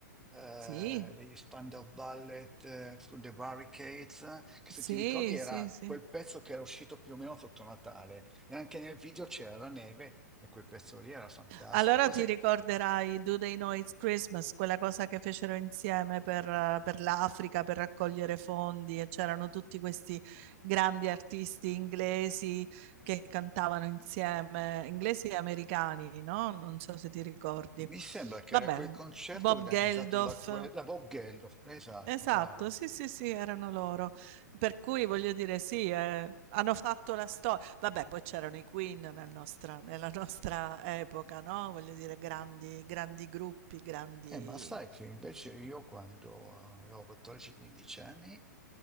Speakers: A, in the centre; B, on the right (about 45°).
A: eh,
B: Sì,
A: degli Spandau Ballet, eh, Through the Barricades, che se
B: sì,
A: ti ricordi era
B: sì, sì.
A: quel pezzo che era uscito più o meno sotto Natale e anche nel video c'era la neve e quel pezzo lì era fantastico.
B: Allora
A: Poi
B: ti
A: sai,
B: ricorderai Do They Know It's Christmas, quella cosa che fecero insieme per, eh, per l'Africa, per raccogliere fondi e c'erano tutti questi grandi artisti inglesi che cantavano insieme, inglesi e americani, no? Non so se ti ricordi.
A: Mi sembra che
B: Vabbè,
A: era quel concerto
B: Bob
A: organizzato
B: Geldof.
A: da, que- da Bob Geldof, esatto,
B: Esatto,
A: brava.
B: sì, sì, sì, erano loro. Per cui voglio dire, sì, eh, hanno fatto la storia. Vabbè, poi c'erano i Queen nel nostra- nella nostra epoca, no? Voglio dire, grandi, grandi gruppi, grandi.
A: Eh, ma sai che invece io quando avevo 14-15 anni